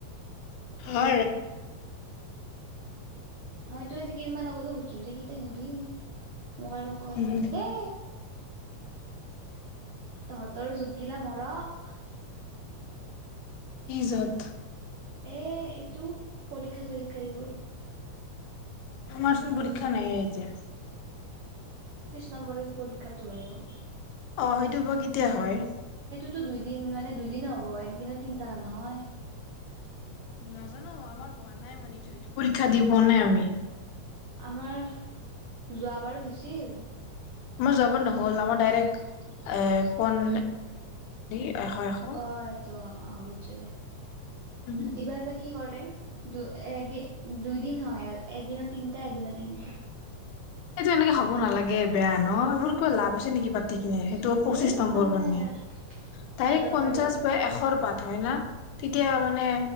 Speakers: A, on the left; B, on the right.
A: হ
B: মইতো আজি কেইদমান আগতে সুধছো যে কেইটা নিবিি মোক আৰু হয়
A: উম
B: নি দে তহঁতৰ যুদ্ধ গিলা মৰক
A: ইজত
B: এ এইটো পৰীক্ষা চৰীক্ষা এইবোৰ
A: আমাৰচোন পৰীক্ষা নাই আহতি
B: নম্বৰে যে পৰীক্ষাটো হয়
A: অ সেইটো ব কেতিয়া হয়
B: টো দুইদিন মানে দুইদিনে হ'ব এক দিনে তিন টকা নহয়
A: নাজানো আমাৰ হোৱা নাই মানে এইটো এইটো পৰীক্ষা দি পোৱা নাই আমি
B: আমাৰ যোৱ বাৰত হৈছিল
A: মই যাব নহ'ল আমাৰ ডাইৰেক্ট এ পন এশ এশ
B: অ এইটো হ'ব অহ। উচ দে
A: উম
B: এইবাৰ বা কি কৰে। তে উ এদ দুদিন হয় এদিন তিনিটা এদিন তিনিটা
A: এইটো এনেকে খাবব নালাগে বেয়া ন এইবোৰ কিবা লাভ আছে নেকি পা পতি কিনে সেইটো পঁচিশ
B: এ
A: নম্বৰ
B: কাম
A: কাৰণে
B: নাই আৰু
A: তাৰিখ
B: অদৰকাৰীকে
A: পঞ্চাশ বা এশৰ বাট হয় ন তেতিয়া মানে